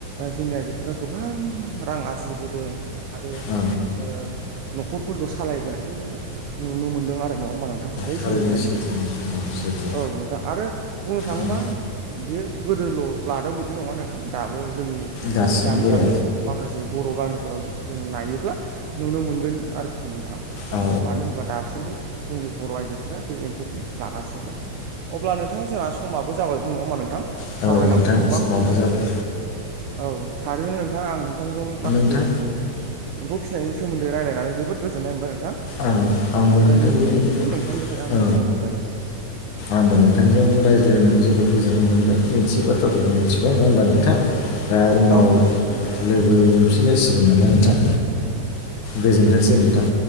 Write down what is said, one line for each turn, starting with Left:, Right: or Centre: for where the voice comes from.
Right: जोंनि आइजोफोरा गोबां रां आरजिबोदों आरो
Left: औ
Right: ओ न'खरफोरखौ सालायबोनायखौ जोङो नुनो मोनो। नो आरो नङा होमबा नोंथां बै
Left: थारैनो
Right: समनिफ्रायनो
Left: सैथो नोंथां औ सैथो
Right: औ नोंथां। आरो बुंनो थाङोबा
Left: उम
Right: बे गोदोल लादों बिदि नङा नोंथां दाबो जोंनि
Left: दासिमबो
Right: गामि गामि
Left: औ
Right: माखासे बर' गामिफोराव जों नायोब्ला नुनो मोनगोन आरोखि नोंथां
Left: औ
Right: मानो होनोबा दासिमबो जोंनि बर' आइजोफोरा बे एम्फौखौ लागासिनो दं अब्ला नोंथां जोंहा समाबो जाबाय। नङा होमबा नोंथां
Left: औ
Right: सावरायनांगौथ
Left: नोंथां
Right: गोबां
Left: समाबो
Right: दंमोन
Left: जाबाय
Right: औ थारैनो नोंथां आं नोंथांजों माखासे
Left: नोंथां
Right: एम्फौ फिसिनायनि सोमोन्दै रायलायनानै जोबोद गोजोननाय मोनबाय नोंथां।
Left: औ आंबो
Right: आरो
Left: नोंथांजों
Right: मिथियैफोरखौ नोंथांनिफ्राय आं
Left: औ
Right: मिथिनो मोनबाय नोंथां।
Left: आंबो नोंथांजों रायज्लायनानै जोबोद गोजोन्नाय मोनबाय मिथियै बाथ्राफोरखौ मिथिबाय नङा होमबा नोंथां। दा उनाव
Right: औ नोंखौ नोंथां थारैनो
Left: लोगो मोनफिनलायसिगोन नामा नोंथां। गोजोनथोंसै नोंथां।